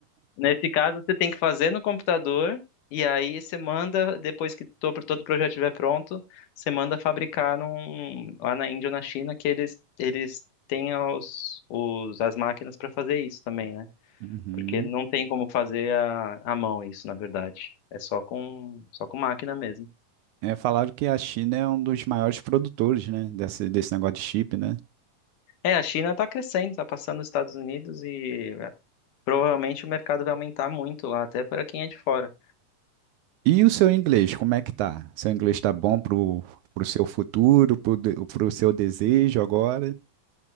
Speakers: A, on the left (about 70°); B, on the right (about 75°).
A: Nesse caso, você tem que fazer no computador e aí você manda, depois que to- todo o projeto estiver pronto, você manda fabricar num- lá na Índia ou na China que eles, eles têm os, os- as máquinas para fazer isso também, né?
B: <laughs> Uhum.
A: Porque não tem como fazer a, a mão isso, na verdade. É só com, só com máquina mesmo.
B: É, falaram que a China é um dos maiores produtores, né, desse, desse negócio de chip, né?
A: É, a China está crescendo, está passando os Estados Unidos e eh, provavelmente o mercado vai aumentar muito lá, até para quem é de fora.
B: E o seu inglês, como é que tá? Seu inglês tá bom pro, pro seu futuro, pro, de- pro seu desejo agora?